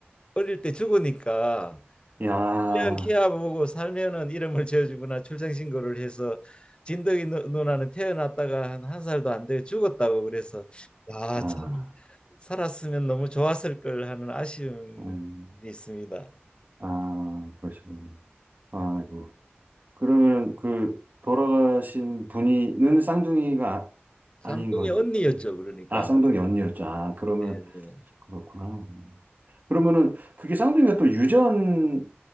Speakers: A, on the left (about 25°); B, on the right (about 45°).
A: 어, 어릴 때 죽으니까
B: 야,
A: 그냥 키아 보고 살면은 이름을 지어주거나 출생신고를 해서 진덕이 누- 누나는 태어났다가 한, 한 살도 안 돼 죽었다고 그래서 야,
B: 아.
A: 참 살았으면 너무 좋았을 걸 하는 아쉬움이
B: 음.
A: 있습니다.
B: 아, 그러시군요. 아이고. 그러면 그 돌아가신 분이는 쌍둥이가
A: 쌍둥이
B: 아, 닌 것,
A: 언니였죠,
B: 음.
A: 그러니까.
B: 아, 쌍둥이 언니였죠. 아, 그러면
A: 네, 네.
B: 그렇구나. 음. 그러면은 그게 쌍둥이가 또 유전